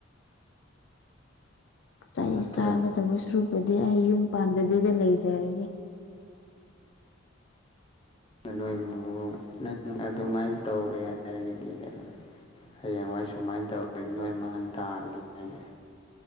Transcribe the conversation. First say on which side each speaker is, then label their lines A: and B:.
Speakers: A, on the left; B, on the left.
A: ꯑꯩ
B: ꯅꯠꯇ꯭ꯔꯣ
A: ꯆꯥꯒꯗꯕ ꯁꯨꯔꯨꯕꯗꯤ ꯑꯩ ꯌꯨꯝ ꯄꯥꯟꯗꯕꯤꯗ ꯂꯩꯖꯔꯒꯦ
B: ꯂꯣꯣ <unintelligible> <inaudible> ꯅꯪ ꯑꯗꯨꯃꯥꯏꯅ ꯇꯧꯔꯦ ꯍꯥꯏꯔꯒꯗꯤ ꯀꯩꯅꯣ ꯍꯌꯦꯡꯋꯥꯏ ꯁꯨꯃꯥꯏꯅ ꯇꯧꯔꯗꯤ ꯅꯣꯏ ꯃꯥꯟ ꯇꯥꯟꯈꯤꯗꯣꯏꯅꯦ